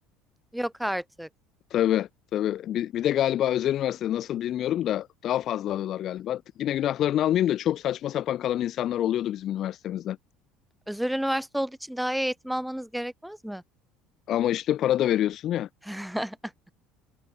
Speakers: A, in the centre; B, on the left.
A: Yok artık.
B: <laughs> Tabii tabii. Bir, bir de galiba özel üniversitede nasıl bilmiyorum da daha fazla alıyorlar galiba. Yine günahlarını almayayım da çok saçma sapan kalan insanlar oluyordu bizim üniversitemizde.
A: Özel üniversite olduğu için daha iyi eğitim almanız gerekmez mi?
B: Ama işte para da veriyorsun ya.
A: <laughs>